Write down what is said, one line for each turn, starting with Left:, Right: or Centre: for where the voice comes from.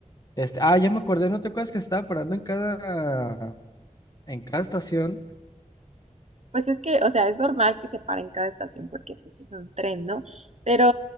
Left: este, ah, ya me acordé, ¿no te acuerdas que estaba parando en cada en cada estación?
Right: Pues es que, o sea, es normal que se pare en cada estación porque pues es un tren, ¿no? Pero